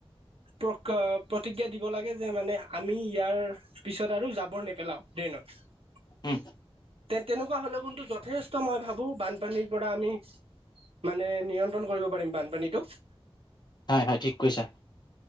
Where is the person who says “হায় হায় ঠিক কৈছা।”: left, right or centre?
Left